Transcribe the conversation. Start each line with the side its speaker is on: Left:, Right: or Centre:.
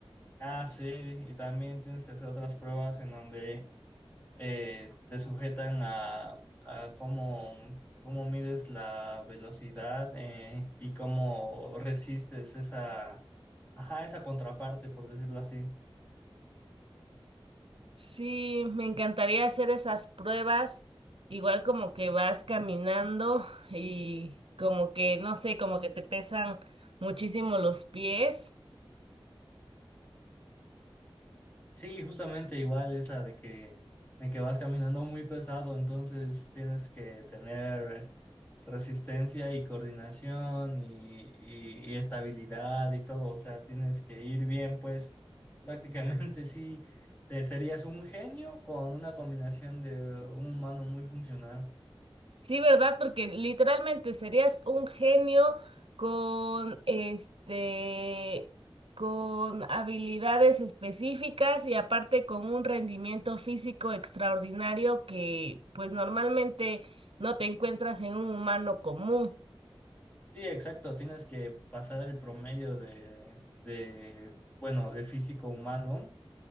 Left: Ah, sí, y también tienes que hacer otras pruebas en donde eh, te sujetan a, a cómo, cómo mides la velocidad eh, y cómo resistes esa, ajá, esa contraparte, por decirlo así.
Right: Sí, me encantaría hacer esas pruebas, igual como que vas caminando y como que, no sé, como que te pesan muchísimo los pies
Left: Sí, justamente igual esa de que, de que vas caminando muy pesado, entonces tienes que tener resistencia y coordinación y, y- y estabilidad y todo, o sea, tienes que ir bien, pues <laughs> prácticamente sí, te- serías un genio con una combinación de un humano muy funcional.
Right: Sí, ¿verdad? Porque literalmente serías un genio con este, con habilidades específicas y aparte con un rendimiento físico extraordinario que pues normalmente no te encuentras en un humano común.
Left: Sí, exacto, tienes que pasar el promedio de, de, bueno, de físico humano